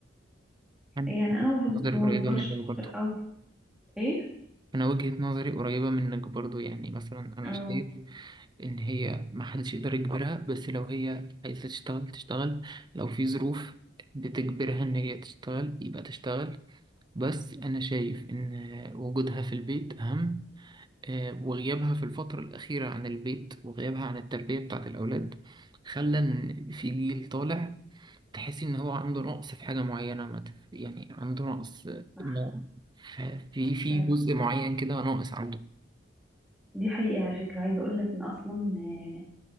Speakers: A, on the right; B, in the centre.
A: أنا
B: يعني انا ما بفض-
A: نظري
B: ما
A: قريبة
B: بفضلش
A: منك برضو
B: قوي ايه
A: أنا وجهة نظري قريبة منك برضو يعني مثلا أنا
B: اه
A: شايف إن هي محدش يقدر يجبرها بس لو هي عايزة تشتغل تشتغل لو في ظروف بتجبرها إن هي تشتغل يبقى تشتغل بس أنا شايف إن وجودها في البيت أهم آه، وغيابها في الفترة الأخيرة عن البيت وغيابها عن التربية بتاعة الأولاد خلى إن في جيل طالع تحسي إن هو عنده نقص في حاجة معينة ما تف- يعني عنده نقص آه،
B: صح
A: ما- ف- في في
B: فعلا
A: جزء معين كده ناقص عنده
B: دي حقيقه على فكره عايزه اقول لك ان اصلا آه،